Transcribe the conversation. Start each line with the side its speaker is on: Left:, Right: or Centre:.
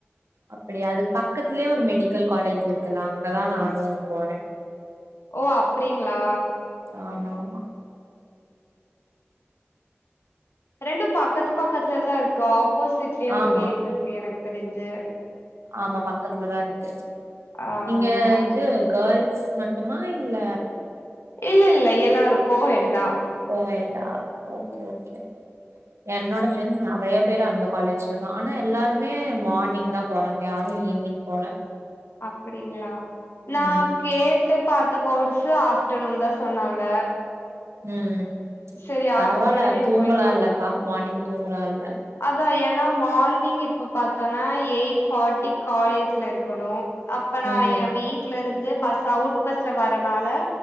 Right: அப்பிடியா அதுக் பக்கத்துலே ஒரு மெடிக்கல் காலேஜ் இருக்கல்லா அங்கதா நானு போறே
Left: ஓ அப்டிங்ளா
Right: ஆமா ஆமா
Left: ரெண்டு பக்கத்து பக்கத்துல்தா இருக்கு ஆப்போசிட்லே ஒரு
Right: ஆமா
Left: கேட்ருக்கு எனக் தெரிஞ்சே
Right: ஆமா பக்கத்துலதா இருக்கு
Left: ஆ
Right: நீங்க
Left: அதுதா
Right: இது கல்ஸ் மட்டுமா இல்ல
Left: இல்ல இல்ல எல்லாரு கோஹெட்டுதா
Right: கோயேடா ஓகே ஓகே என்னோட ஃப்ரெண்ஸ் நறையா பேர் அந்த காலேஜ்லதா ஆனா எல்லாருமே மானிங்தா போறாங்க யாரு ஈவ்னிங் போல
Left: அப்பிடிங்ளா நா
Right: ம்
Left: கேட் ட்டு பாத்த கோர்சு ஆஃப்டநூன்தா சொன்னாங்க
Right: ம்
Left: செரி
Right: பரவால்ல
Left: ஆஃப்டர்நூனே
Right: தூங்கலால்லக்கா
Left: போய்க்கலா
Right: மானிங் தூங்லால்ல
Left: அதா ஏனா மார்னிங் இப்பு பாத்தோனா எய்ட் ஃபாட்டி காலேஜ்ல இருக்குணு அப்படா
Right: ம்
Left: ஏ வீட்லருந்து பஸ் அவ்ட் பஸ்ல வரனால